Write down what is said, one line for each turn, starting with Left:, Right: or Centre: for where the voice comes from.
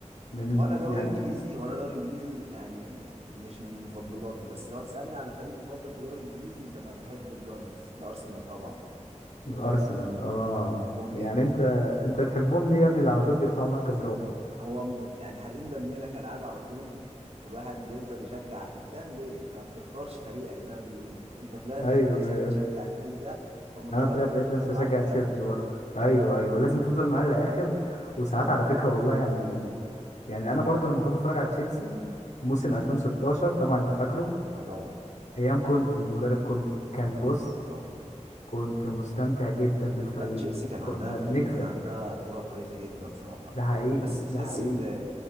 Left: من
Right: هو انا دوري
Left: يعني
Right: انجليزي وانا دوري انجليزي يعني مش من مفضلاتي بس لو تسالني على فريق مفضل في دوري انجليزي فانا بحب الجانرز الارسنال طبعا
Left: من الارسنال اه
Right: انا بحبهم
Left: يعني
Right: جدا
Left: انت انت بتحبهم ليه يا ابني ده على طول بيطلعوا مركز رابع
Right: هو م- يعني حارقين دمنا كالعاده على طول والواحد يفضل يشجع عشان هتعمل ايه انت ما بتختارش فريقك زي ما بيقولوا انت طلعت
Left: ايوه
Right: لقيت نفسك
Left: ايوه
Right: بتشجع الفريق ده فمضطر
Left: انا طلعت
Right: انك
Left: لقيت
Right: تفضل
Left: نفسي
Right: معاه
Left: بشجع
Right: للاخر
Left: تشيلسي برضه ايوه ايوه لازم تفضل معاه للاخر وساعات على فكره والله يعني يعني انا برضه لما كنت بتفرج على تشيلسي موسم
Right: اه
Left: 2016 طبعا انت فاكره
Right: اه طبعا
Left: ايام كونتي مدرب كونتي كان
Right: اه طبعا
Left: بص
Right: اه طبعا
Left: كنت مستمتع جدا بالفريق
Right: لا تشيلسي كان
Left: كنا
Right: عندها فريق
Left: بنكسب
Right: وكان عندها كرة كويسة جدا صراحة
Left: ده حقيقي
Right: بس تحس
Left: ده حقيقي
Right: ان